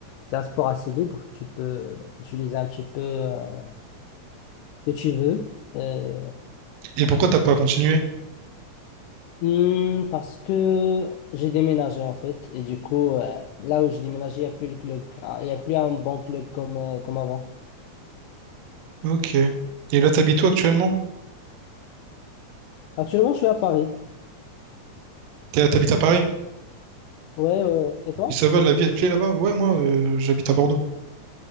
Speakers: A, on the left; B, on the right.
A: c'est un sport assez libre. Tu peux utiliser un petit peu euh, ce que tu veux. Euh,
B: Et pourquoi t'as pas continué?
A: Hmm, parce que j'ai déménagé en fait et du coup euh, là où j'ai déménagé il n'y a plus le club Ah, il n'y a plus un bon club comme, euh, comme avant
B: Ok. Et là, t'habites où actuellement?
A: actuellement je suis à Paris
B: T'es- T'habites à Paris?
A: ouais, ouais, ouais. et toi?
B: Et ça va, la vie, elle te plaît là-bas? Ouais, moi, euh, j'habite à Bordeaux.